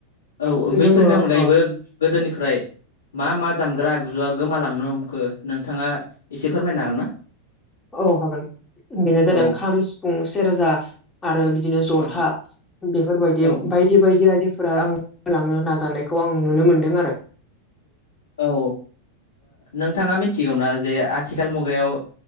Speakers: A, on the left; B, on the left.
A: औ बैफोरनि
B: जोङो
A: अनगायैबो
B: ओ
A: गोदोनिफ्राय मा मा दामग्रा आगजुवा गोमालांनो हमखो नोंथाङा एसे फोरमायनो हागोन ना?
B: औ हागोन बेनो जादों
A: औ
B: खाम सिफुं सेरजा आरो बिदिनो ज'था।
A: औ
B: बेफोरबायदि
A: औ
B: बायदि बायदि आरिफोरा आं होलांनो नाजानायखौ आं नुनो मोनदों आरो।
A: औ ओ नोंथाङा मिथिगौना जे आथिखाल मुगायाव